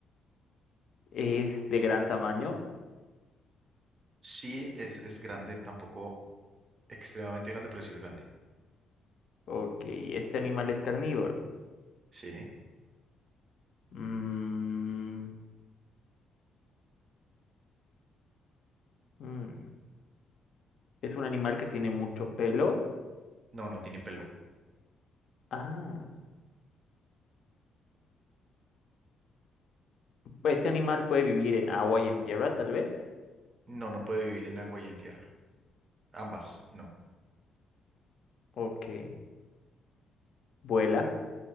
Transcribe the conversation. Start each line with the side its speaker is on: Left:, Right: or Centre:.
Left: Es de gran tamaño.
Right: Sí es, es grande, tampoco extremadamente grande, pero sí es grande.
Left: Ok, este animal es carnívoro.
Right: Sí.
Left: Mm, mm, es un animal que tiene mucho pelo.
Right: No, no tiene pelo.
Left: Ah, pues este animal puede vivir en agua y en tierra, tal vez.
Right: No, no puede vivir en agua y en tierra. Ambas, no,
Left: Ok, vuela.